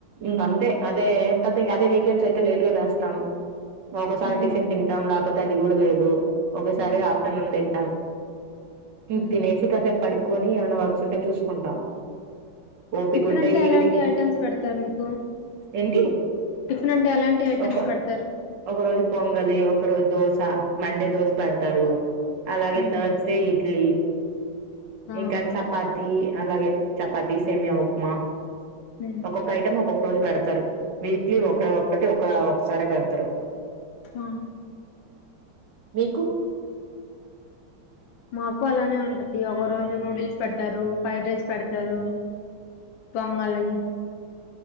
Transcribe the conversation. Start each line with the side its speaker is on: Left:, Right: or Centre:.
Right: ఇంకా అంతే అదే ఎంత అదే వీకెండ్స్ అయితే లేట్గా లేస్తాం ఒక్కోసారి
Left: హ్మ్
Right: టిఫిన్ తింటాం లేకపోతే అది కూడా లేదు ఒకసారి
Left: హ్మ్
Right: ఆఫ్టర్నూన్ తింటాం ఉ
Left: హ్మ్
Right: తినేసి కాస పడుకొని ఏమైనా వర్క్స్ ఉంటే చూసుకుంటాం ఓపకుంటే
Left: టిఫిన్ అంటే
Right: ఈవినింగ్
Left: ఎలాంటి ఐటమ్స్ పెడతారు మీకు
Right: ఏంటి
Left: టిఫిన్ అంటే ఎలాంటి ఐటమ్స్
Right: ఒక
Left: పెడతారు
Right: ఒక రోజు పొంగలి ఒక రోజు దోస అ మండే దోశ పెడతారు అలాగే
Left: హ్మ్
Right: తాస్ డే ఇడ్లీ
Left: ఆ
Right: ఇంకా చ తి అలాగే చపాతి సేమయా ఉప్మా
Left: హ్మ్
Right: ఒక్కొక్క ఐటం ఒక్కొక్క రోజు పెడతారు వీక్లీ ఒక ఒక్కటి ఒక ఒకసార పెడతారు
Left: ఆ
Right: మీకు
Left: మాకు అలానే ఉంటది ఒక రోజు నూడిల్స్ పెడతారు ఫ్రైడ్ రైస్ పెడతారు పొంగలి